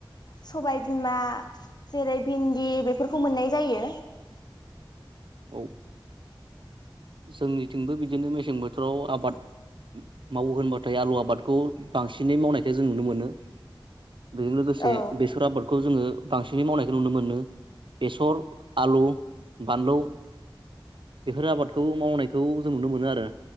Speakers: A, on the left (about 50°); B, on the right (about 70°).
A: सबायबिमा जेरै भिन्दि बेफोरखौ मोन्नाय जायो।
B: औ जोंनिथिंबो बिदिनो मेसें बोथोराव आबाद मावो होनबाथाय आलु आबादखौ बांसिनै मावनायखाय जों नुनो मोनो। बेजों लोगोसे
A: औ
B: बेसर आबादखौ जोङो बांसिनै मावनायखौ नुनो मोनो बेसर, आलु, बानलौ, बेफोर आबादखौ मावनायखौ जों नुनो मोनो आरो।